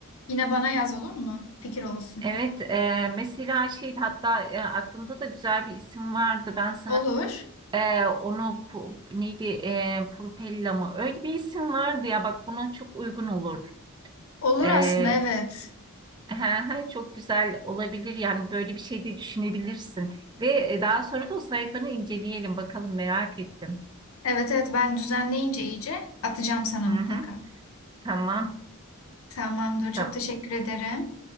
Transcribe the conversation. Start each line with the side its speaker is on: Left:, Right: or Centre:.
Left: yine bana yaz olur mu? Fikir olsun.
Right: Evet, e, mesela şey hatta e, aklımda da güzel bir isim vardı. Ben sana
Left: Olur.
Right: e, onu pu- neydi e, Purpella mı? Öyle bir isim vardı ya bak buna çok uygun olur.
Left: Olur
Right: E,
Left: aslında evet.
Right: he, he, çok güzel olabilir yani böyle bir şey de düşünebilirsin. Ve e, daha sonra da o sayfanı inceleyelim bakalım merak ettim.
Left: Evet evet ben düzenleyince iyice atacağım sana
Right: Hı
Left: mutlaka.
Right: hı, tamam.
Left: Tamamdır. Çok
Right: tamam.
Left: teşekkür ederim.